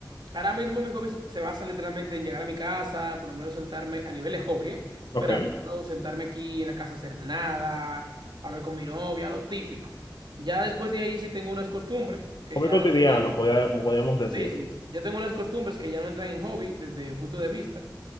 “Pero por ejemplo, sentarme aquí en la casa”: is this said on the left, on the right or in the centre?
Right